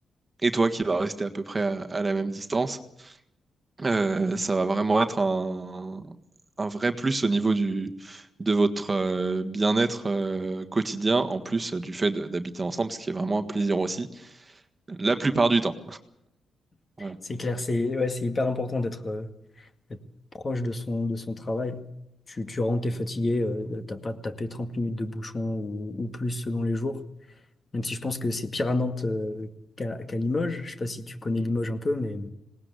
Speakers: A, on the right (about 30°); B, on the left (about 30°).
A: et toi qui vas rester à peu près à, à la même distance, euh, ça va vraiment être un, un vrai plus au niveau du, de votre euh, bien-être euh, quotidien, en plus euh, du fait de- d'habiter ensemble, ce qui est vraiment un plaisir aussi, la plupart du temps. Voilà.
B: C'est clair, c'est ouais, c'est hyper important d'être euh, d'être proche de son de son travail. Tu, tu rentres, t'es fatigué, euh, t'as pas tapé 30 minutes de bouchon ou, ou plus selon les jours. même si je pense que c'est pire à Nantes euh, qu'à qu'à Limoges. Je sais pas si tu connais Limoges un peu, mais